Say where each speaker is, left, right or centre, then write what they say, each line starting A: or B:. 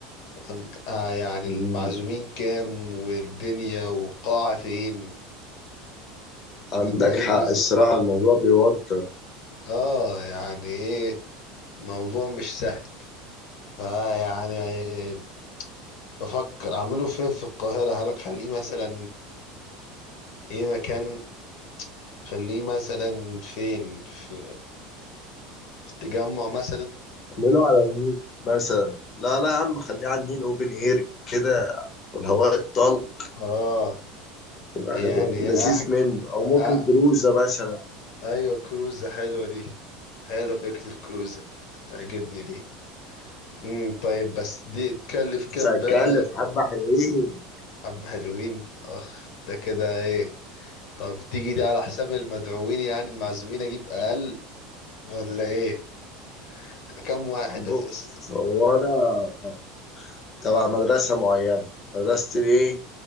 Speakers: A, on the left; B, on the left.
A: أم- آه يعني
B: الأول؟
A: المعزومين كام والدنيا والقاعة فين
B: عندك
A: والدقن
B: حق الصراحة الموضوع بيوتر
A: اه يعني ايه موضوع مش سهل فيعني آه، بفكر اعمله فين في القاهرة هل اخليه مثلا ايه مكان خليه مثلا فين في في التجمع مثلا
B: اعمله على النيل مثلا لا لا يا عم خليه على النيل اوبن اير كده الهواء الطلق
A: اه
B: يبقى
A: يعني
B: حاجة لذيذ
A: احج
B: منه أو
A: آه
B: ممكن كروزة مثلا
A: ايوه كروزة حلوة دي حلوة فكرة الكروزة تعجبني دي امم طيب بس دي تكلف كام
B: بس هتكلف
A: بقى
B: حبة حلوين
A: حبة حلوين اخ ده كده ايه طب تيجي دي على حساب المدعوين يعني المعزومين اجيب اقل ولا ايه احنا كام واحد
B: بص
A: اساسا
B: هو أنا تبع مدرسة معينة مدرسة الإيه؟